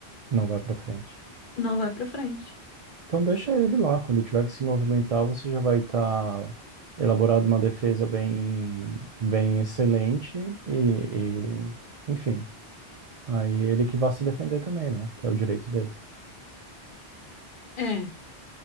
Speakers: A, on the right; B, on the left.
A: não vai para frente.
B: Não vai pra frente.
A: Então deixa ele lá. Quando tiver que se movimentar, você já vai estar elaborado uma defesa bem, bem excelente e, e, enfim, aí ele que vai se defender também, né? Que é o direito dele.
B: É,